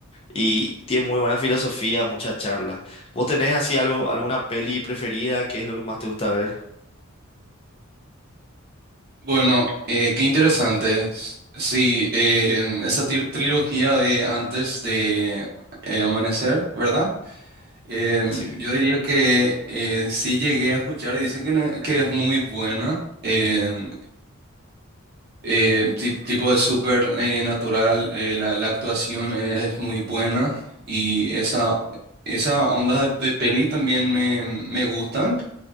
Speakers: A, on the left; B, on the right.
A: y tiene muy buena filosofía, mucha charla. ¿Vos tenés así algo, alguna peli preferida? ¿Qué es lo que más te gusta ver?
B: Bueno, eh, qué interesante. S- Sí, em, esa tri- trilogía de antes de eh, amanecer, ¿verdad? Eh,
A: Así mismo.
B: yo diría que eh, sí llegué a escuchar y dicen que, ne- que es muy buena, eh, eh, ti- tipo de súper eh, natural, eh, la, la actuación es muy buena y esa, esa onda de, de peli también me, me gustan,